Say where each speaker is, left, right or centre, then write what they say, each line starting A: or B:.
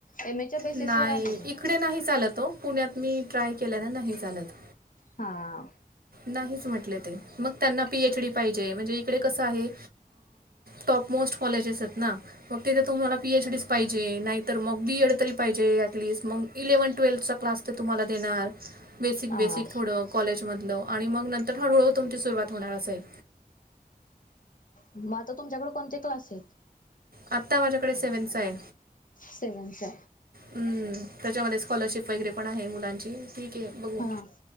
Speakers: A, on the left; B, on the right.
A: एम एच्या बेसिसवर
B: नाही
A: आहे मी
B: इकडे नाही चालत हो पुण्यात मी ट्राय केल्यान नाही चालत
A: हाआ
B: नाहीच म्हटले ते मग त्यांना पी एच डी पाहिजे म्हणजे इकडे कसं आहे टॉपमोस्ट कॉलेजेसेत ना मग तिथे तुम्हाला पी एच डीच पाहिजे नाहीतर मग बी एड तरी पाहिजे ऍटलिस्ट मग इलेव्हन ट्वेल्थ क्लास तर तुम्हाला देणार बेसिक
A: हा
B: बेसिक थोड कॉलेजमधलं आणि मग नंतर हळूहळू तुमची सुरुवात होणार असेल
A: मग आता तुमच्याकडे कोणते क्लास आहेत
B: आता माझ्याकडे सेव्हहेनचा आहे
A: सेव्हनचे
B: हम त्याच्यामध्ये स्कॉलरशिप वगैरे पण आहे मुलांची ठीके बघू
A: हा